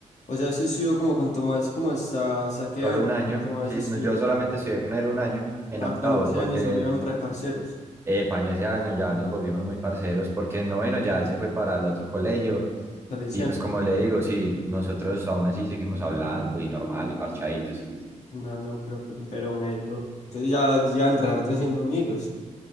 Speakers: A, on the left; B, on the right.
A: O sea, se estudió como con Tomás, como hasta, hasta qué
B: solo
A: año?
B: un año,
A: Tomás
B: sí,
A: estudió.
B: no, yo solamente estudié con él un año en
A: Ah,
B: octavo,
A: pero en ese
B: porque
A: año se volvieron reparceros.
B: Epa, en ese año ya nos volvimos muy parceros porque en noveno ya él se fue para el otro colegio
A: Salesiano.
B: y pues como le digo, sí, nosotros aún así seguimos hablando y normal y parchaditos.
A: No, no, pero, pero melo. Entonces ya llevan re harto siendo amigos.